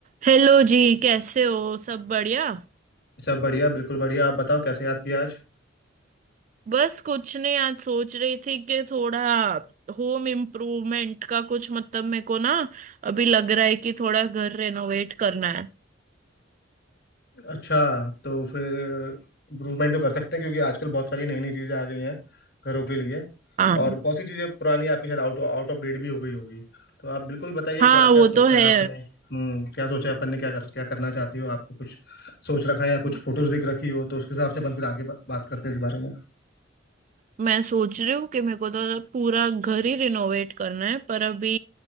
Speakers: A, on the right; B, on the left.
A: Hello जी कैसे हो सब बढ़िया
B: सब बढ़िया बिल्कुल बढ़िया आप बताओ कैसे याद किया आज
A: बस कुछ नहीं आज सोच रही थी कि थोड़ा होम इम्प्रूवमेंट का कुछ मतलब मेरे को ना अभी लग रहा है कि थोड़ा घर रेनोवेट करना है
B: अच्छा तो फिर इम्प्रूवमेंट तो कर सकते हैं क्योंकि आजकल बहुत सारी नई नई चीज़ें आ गई हैं घरों के लिए
A: हाँ
B: और बहुत सी चीज़ें पुरानी आपके साथ आउट आउट ऑफ डेट भी हो गई होगी तो आप बिल्कुल बताइए
A: हाँ
B: क्या
A: वो
B: क्या सोचा
A: तो है
B: है आपने हम्म क्या सोचा है अपन ने क्या कर क्या करना चाहती हो आपको कुछ सोच रखा है या
A: म-
B: कुछ फोटोज दिख रखी हो तो उसके हिसाब से अपन फिर आगे बा, बात करते हैं इस बारे में
A: मैं सोच रही हूँ कि मेरे को तो पूरा घर ही रिनोवेट करना है पर अभी